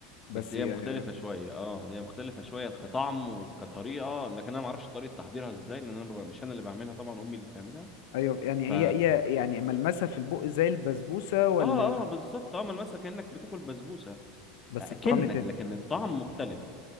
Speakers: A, on the left; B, on the left.
A: بس
B: بس هي
A: يعني
B: مختلفه شويه اه هي مختلفه شويه كطعم وكطريقه لكن انا ما اعرفش طريقه تحضيرها ازاي لان انا ببقى- مش انا اللي بعملها طبعا امي اللي بتعملها
A: ايوه يعني
B: ف
A: هي هي يعني ملمسها في البق زي البسبوسة ولا
B: اه اه بالظبط اه ملمسها كانك بتاكل بسبوسه
A: بس
B: اكنك
A: بطعم تاني
B: لكن الطعم مختلف